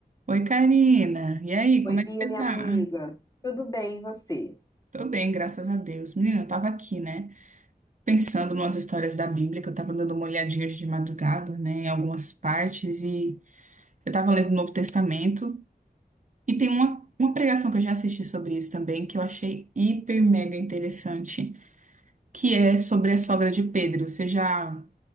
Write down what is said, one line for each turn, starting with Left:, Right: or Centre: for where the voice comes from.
Right: Oi, Karina. E aí,
Left: Oi,
Right: como é
Left: Bia,
Right: que você
Left: minha
Right: tá?
Left: amiga. Tudo bem, e você?
Right: Tô bem, graças a Deus. Menina, eu tava aqui, né? Pensando nas histórias da Bíblia, que eu tava dando uma olhadinha hoje de madrugada, né? Em algumas partes, e eu tava lendo o Novo Testamento. E tem uma, uma pregação que eu já assisti sobre isso também, que eu achei hiper mega interessante, que é sobre a sogra de Pedro. Você já,